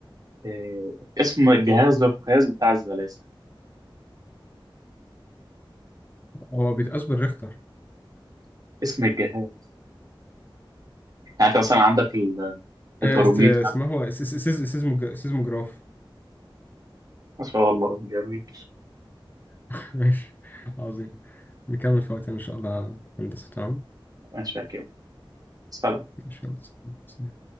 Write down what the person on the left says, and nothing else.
هو بيتقاس بالريختر
آه،
است- اسمه هو سيس- سيس- سيزموج- سيزموجراف
<laughs> ماشي عظيم نكمل في وقتنا ان شاء الله هندسة تمام
ان شاء الله